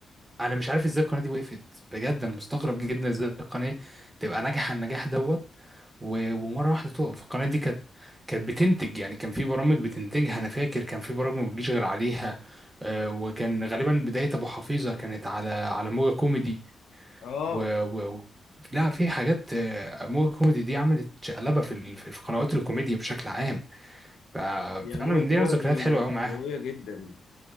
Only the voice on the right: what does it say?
انا مش عارف ازاي القناه دي وقفت بجد انا مستغرب جدا ازاي القناه تبقى ناجحه النجاح دوت و- ومره واحده تقف القناه دي كانت كانت بتنتج يعني كان في برامج بتنتجها انا فاكر كان في برامج ما بتجيش غير عليها آه، وكان غالبا بدايه ابو حفيظه كانت على على موجه كوميدي
و... و... و- لا في حاجات آه، موجه كوميدي دي عملت شقلبه في ال... في في قنوات الكوميديا بشكل عام ف-
فانا
من دي
ذكريات
حلوه قوي معاها